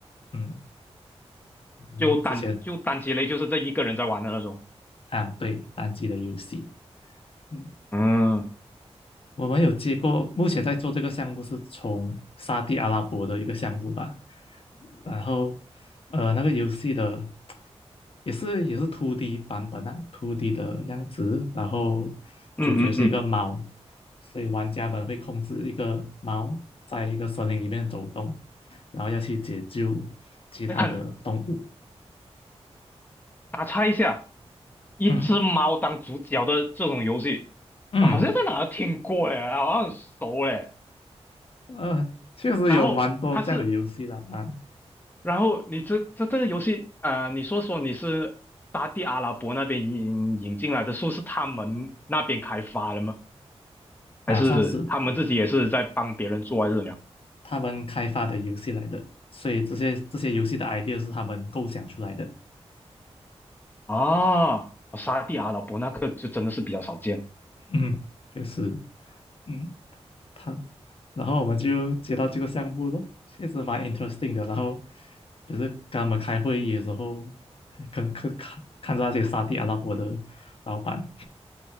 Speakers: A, on the left; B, on the left.
A: 嗯，我们之前
B: 就单就单机类，就是这一个人在玩的那种。
A: 啊，对，单机的游戏。嗯
B: 嗯
A: 我们有接过，目前在做这个项目是从沙地阿拉伯的一个项目吧，然后呃那个游戏的也是也是 2D 版本啊，2D 的样子，然后主角是一个猫，
B: 嗯嗯嗯，
A: 所以玩家们会控制一个猫在一个森林里面走动，然后要去解救其他的动物。
B: 哎，很打岔一下。一只猫当主角的这种游戏，
A: 嗯嗯，
B: 我好像在哪儿听过嘞，好像很熟嘞。
A: 呃，确实有蛮多这样的游戏的啊
B: 然后它是，然后你这这这个游戏，啊，你说说你是沙地阿拉伯那边引引进来的，说是他们那边开发的吗？
A: 啊，
B: 还是他们自己也是在帮别人做，
A: 算是。
B: 还是怎么样？
A: 他们开发的游戏来的，所以这些这些游戏的 idea 是他们构想出来的。
B: 啊，沙地阿拉伯那个就真的是比较少见。
A: 嗯，确实，嗯，他，然后我们就接到这个项目咯，确实蛮 interesting 的。然后也是跟他们开会议的时候，跟看看看着那些沙地阿拉伯的老板，